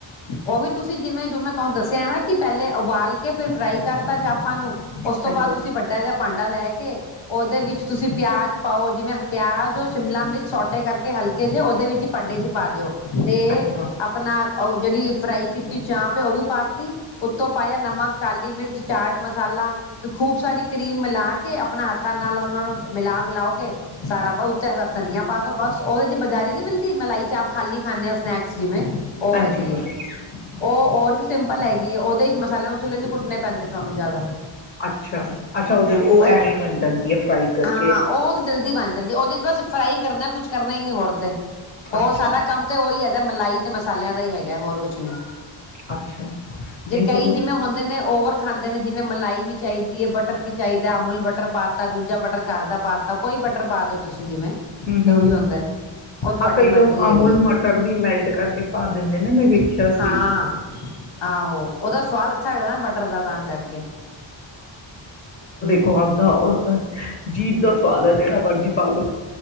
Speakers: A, on the left; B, on the left.
A: ਉਹ ਵੀ ਤੁਸੀਂ ਜਿਵੇਂ ਹਿੰਮਤ ਤੁਹਾਨੂੰ ਦੱਸਿਆ ਨਾ ਕਿ ਪਹਿਲੇ ਉਬਾਲ ਕੇ ਫਿਰ ਫਰਾਈ ਕਰਤਾ ਚਾਪਾਂ ਨੂੰ ਉਸ ਤੋਂ
B: ਹਾਂਜੀ
A: ਬਾਅਦ ਤੁਸੀਂ ਵੱਡਾ ਜਿਹਾ ਭਾਂਡਾ ਲੈ ਕੇ ਉਹਦੇ ਵਿੱਚ ਤੁਸੀਂ ਪਿਆਜ ਪਾਓ ਜਿਵੇਂ ਪਿਆਜ ਸ਼ਿਮਲਾ ਮਿਰਚ ਸੋਟੇ ਕਰਕੇ ਹਲਕੇ ਜਿਹੇ ਉਹਦੇ ਵਿੱਚ ਹੀ ਪਾਡੇ ਜ ਦਿਓ ਤੇ
B: ਅੱਛਾ
A: ਆਪਣਾ ਉਹ ਜਿਹੜੀ ਫਰਾਈ ਕੀਤੀ ਚਾਂ ਪ ਉਹ ਵੀ ਪਾਤੀ ਉੱਤੋਂ ਪਾਇਆ ਨਮਕ ਕਾਲੀ ਮਿਰਚ ਚਾਟ ਮਸਾਲਾ ਤੇ ਖੂਬ ਸਾਰੀ ਕਰੀਮ ਮਿਲਾ ਕੇ ਆਪਣਾ ਹੱਥਾਂ ਨਾਲ ਉਹਨਾਂ ਨੂੰ ਮਿਲਾ ਮਿਲਾ ਕੇ ਸਾਰਾ ਬ ਉੱਥੇ ਧਨੀਆ ਪਾ ਦੋ ਬਸ ਉਹਦੇ ਚ ਬਜ਼ਾਰੀ ਨੀ ਮਿਲਦੀ ਮਲਾਈ ਚ ਆਪ ਖਾਲੀ ਖਾਂਦੇ ਹ ਸਨੈਕਸ ਜਿਵੇਂ ਉਹ
B: ਹਾਂਜੀ
A: ਹੈਗੀ
B: ਹਾਂਜੀ
A: ਹੈ ਉਹ ਹੋਰ ਵੀ ਸਿੰਪਲ ਹੈਗੀ ਕਿ ਉਹਦੇ ਚ ਮਸਾਲੇ ਮਸੂਲੇ ਨੀ ਕੁੱਟਣੇ ਪੈਂਦੇ ਤੁਹਾਨੂੰ ਜ਼ਿਆਦਾ
B: ਅੱਛਾ ਅੱਛਾ ਉਹ ਉਹ
A: ਪਰ
B: ਐਵੇਂ ਬਣ ਜਾਂਦੀ ਹੈ ਫਰਾਈ ਕਰਕੇ
A: ਹਾਂ ਉਹ ਤਾਂ ਜਲਦੀ ਬਣ ਜਾਂਦੀ ਉਹਦੇ ਚ ਬਸ ਫਰਾਈ ਕਰਨਾ ਕੁਛ ਕਰਨਾ ਹੀ ਨਹੀਂੀ ਹੋਰ ਤੇ ਹੋਰ
B: ਅੱਛਾ
A: ਸਾਰਾ ਕੰਮ ਤੇ ਉਹੀ ਹੈ ਮਲਾਈ ਤੇ ਮ ਸਾਲਿਆਂ ਦਾ ਹੀ ਹੈਗਾ ਹੋਰ ਕੁਛ ਨੀ
B: ਅੱਛਾ
A: ਜੇ
B: ਨਹੀਂ
A: ਕਈ
B: ਸਗੋਂ
A: ਜਿਵੇਂ ਹੁੰਦੇ ਨੇ ਓਵਰ ਖਾਂਦੇ ਨੇ ਜਿਵੇਂ ਮਲਾਈ ਵੀ ਚਾਹੀਦੀ ਹੈ ਬਟਰ ਵੀ ਚਾਹੀਦਾ ਅਮੁਲ ਬਟਰ ਪਾਤਾਾ ਦੂਜਾ ਬਟਰ ਘਰ ਦਾ ਪਾਤਾ ਕੋਈ ਬਟਰ ਪਾ ਦਿਓ ਤੁਸੀਂ ਜਿਵੇਂ
B: ਹਮ ਹਮ
A: ਤੇ ਉਹ ਵੀ
B: ਹਮ
A: ਹੁੰਦਾ
B: ਹਮ
A: ਉਹ ਤੁਹਾਡੀ
B: ਹਾਂ ਕਈ
A: ਮਰਜ਼ੀ
B: ਲੋਕ
A: ਹੈਗੀ
B: ਅਮੁਲ ਮਟਰ ਵੀ ਮੈਲਟ ਕਰਕੇ ਫ ਦਿੰਦੇ ਨੇ ਮੈਂ ਵੇਖਿਆ
A: ਹਾਂ
B: ਸੀ
A: ਆਹੋ ਉਹਦਾ ਸਵਾਦ ਅੱਛਾ ਲੱਗਦਾ ਨਾ ਬਟਰ ਦਾ ਤਾਂ ਕਰਕੇ
B: ਖਆਦ ਦਾ ਜੀਭ ਦਾ ਸਵਾਦ ਹੈ ਜਿਹੜਾ ਮਰਜੀੀ ਪਾਾਲੋ